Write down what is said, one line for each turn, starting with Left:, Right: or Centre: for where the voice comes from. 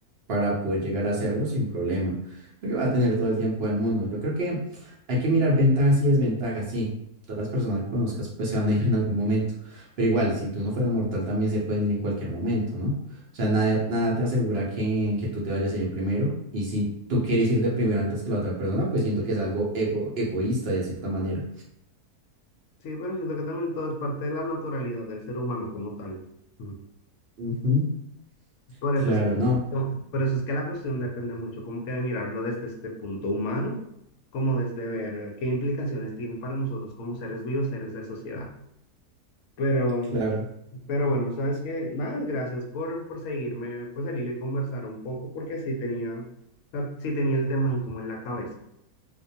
Right: para poder llegar a hacerlo sin problema, porque va a tener todo el tiempo del mundo. Yo creo que hay que mirar ventajas y desventajas, sí. Todas las personas que conozcas pues se van a ir en algún momento, pero igual, si tú no fueras mortal también se pueden ir en cualquier momento, ¿no? O sea, nada, nada te asegura que, que tú te vayas a ir primero. Y si tú quieres ir de primero antes que la otra persona, pues siento que es algo ego, egoísta de cierta manera.
Left: Sí, pero siento que también todo es parte de la naturalidad del ser humano como tal. Mm.
Right: Ujú.
Left: Por
Right: Claro,
Left: eso es que,
Right: no,
Left: por eso es que la cuestión depende mucho como que de mirarlo desde este punto humano, como desde ver qué implicaciones tienen para nosotros como seres vivos, seres de sociedad. Pero
Right: claro.
Left: Pero bueno, sabes que nada, gracias por, por seguirme, pues salir y conversar un poco, porque sí tenía, o sea, sí tenía el tema ahí como en la cabeza.